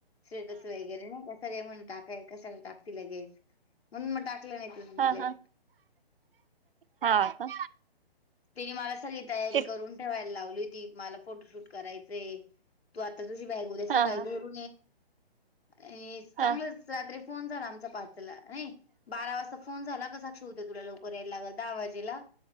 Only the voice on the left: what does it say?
सेटस वगैरे नाही कस म्हणून टाकाय कशाला टाकती लगेच. मुण्टाकले नाही. तिने मी
लेट.
तिने मला सगळी तयारी
करून ठेवायला लावली होती. मला फोटोशूट करायचंय तू आता तुझी बॅग उद
सकाळी
भर चांगलंच
रात्री फोन झाला आमचा पारचला नाही. बारा वाजता फोन झाला कसा क्षवते तुला लवकर यायला लागल दहा वाजेला.